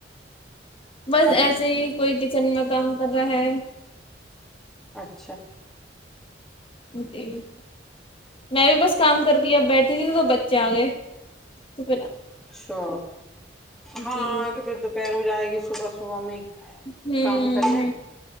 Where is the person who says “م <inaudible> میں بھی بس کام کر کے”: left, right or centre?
Left